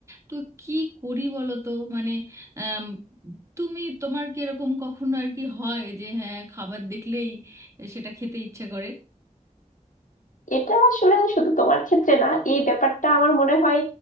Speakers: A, on the right; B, on the left.
A: তো কি করি বলো তো মানে আম, তুমি তোমার কি এরকম কখনো আর কি হয় যে হ্যাঁ খাবার দেখলেই সেটা খেতে ইচ্ছে করে
B: এটা আসলে শুধু তোমার ক্ষেত্রে না এই ব্যাপারটা আমার মনে হয়